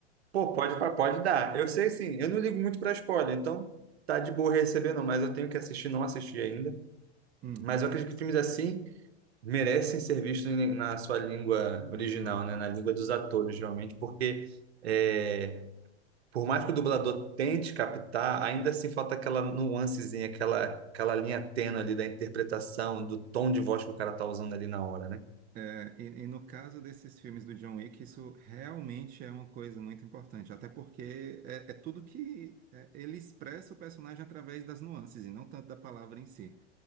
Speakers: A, on the right (about 65°); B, on the right (about 25°).
A: Pô, pode, pode dar. Eu sei sim, eu não ligo muito para spoiler, então tá de boa recebendo, mas eu tenho que assistir, não assisti ainda.
B: Uhum.
A: Mas eu acredito que filmes assim merecem ser vistos em- na sua língua original, né? Na língua dos atores, realmente, porque é, por mais que o dublador tente captar, ainda assim falta aquela nuancezinha, aquela, aquela linha tênue ali da interpretação, do tom de voz que o cara tá usando ali na hora, né?
B: É, e, e no caso desses filmes do John Wick, isso realmente é uma coisa muito importante, até porque é, é tudo que é, ele expressa o personagem através das nuances e não tanto da palavra em si.